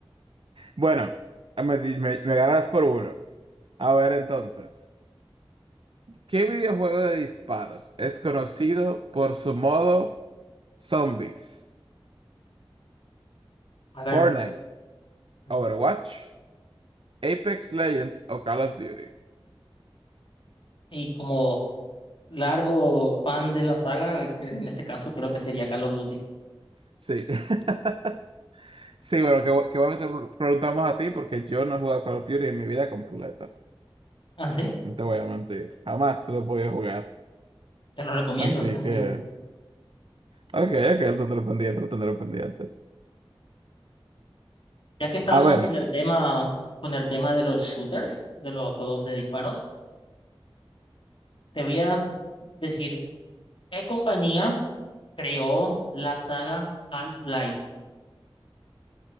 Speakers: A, on the right; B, on the left.
A: Bueno, me, di- me, me ganas por uno. A ver entonces, ¿qué videojuego de disparos es conocido por su modo zombies?
B: A ver,
A: ¿Fortnite,
B: mm,
A: Overwatch, Apex Legends o Call of Duty?
B: y como largo fan de la saga, en este caso creo que sería Call of Duty.
A: Sí. <laughs> Sí, bueno, qué, bu- qué bueno que te pre- preguntamos a ti porque yo no he jugado Call of Duty en mi vida completa.
B: Ah, sí,
A: No te voy a mentir. Jamás lo he podido jugar.
B: te lo recomiendo,
A: Así
B: es muy
A: que...
B: divertido.
A: Ok, ok, lo tendré pendiente, lo tendré pendiente.
B: Ya que estábamos
A: A ver.
B: con el tema, con el tema de los shooters, de los juegos de disparos, te voy a decir, ¿qué compañía creó la saga Half-Life?